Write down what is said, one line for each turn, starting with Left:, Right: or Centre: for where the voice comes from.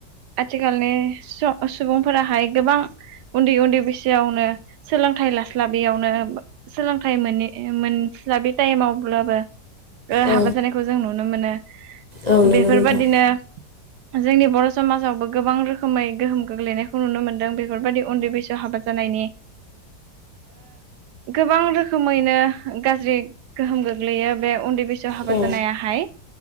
Right: आथिखालनि सुबुंफोराहाय गोबां उन्दै उन्दै बैसोआवनो सोलोंथाइ लास्लाबैयावनो सोलोंथाइ मोननि मोनस्लाबि टाइमावब्लाबो ओ
Left: औ
Right: हाबा जानायखौ जों नुनो मोनो
Left: औ नंगौ
Right: बेफोरबादिनो
Left: नोंथां
Right: जोंनि बर' समाजावबो गोबां रोखोमै गोहोम गोग्लैनायखौ नुनो मोनदों बेफोरबायदि उन्दै बैसो हाबा जानायनि गोबां रोखोमैनो गाज्रि गोहोम गोग्लैयो बे उन्दै बैसो हाबा
Left: औ
Right: जानायाहाय